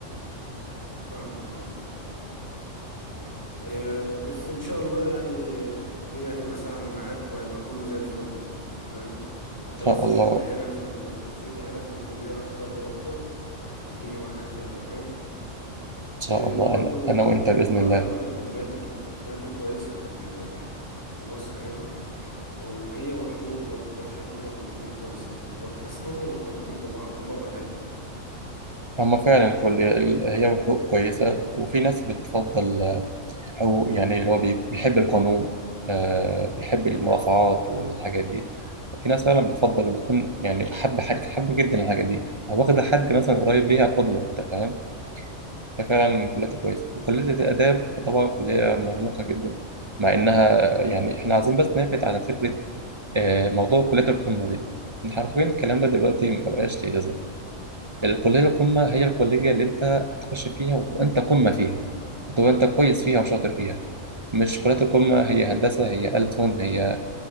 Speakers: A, on the left; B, on the right.
A: فاهمك اه آه، بس ان شاء الله يعني الدنيا هتبقى سهلة معاك وهيبقى كله زي الفل فاهم انت
B: إن
A: بس
B: شاء الله
A: شد حيلك في الكل شد حيلك في الكلية اكتر واكتر والدنيا معاك هتبقى تمام
B: إن شاء
A: آه،
B: الله
A: برضو
B: أنا أنا وأنت بإذن
A: التجارة
B: الله
A: خلي بالك من الكليات ال- من الكليات الكويسة في ال- في مصر هنا وهي وحقوق برضو انا شايف ان هما كليتين كويسين وتحس ان هما مرتبطين ببعض هما وآداب
B: هما فعلا كل هي حقوق كويسة وفي ناس بتفضل هو يعني اللي هو بي- بيحب القانون آه بيحب المرافعات والحاجات دي في ناس فعلا بتفضل بتكون يعني حب حاجة حب جدا الحاجة دي أو واخدة حد مثلا قريب ليها قدوة أنت فاهم هي فعلا كلية كويسة وكلية الآداب فطبعا كلية مرموقة جدا مع إنها يعني إحنا عايزين بس نبعد عن فكرة آه موضوع كلية القمة دي إن حرفيا الكلام ده دلوقتي مبقاش ليه لازمة الكلية القمة هي الكلية اللي أنت هتخش فيها وتبقى أنت قمة فيها وتبقى أنت كويس فيها وشاطر فيها مش كلية القمة هي هندسة هي ألسن هي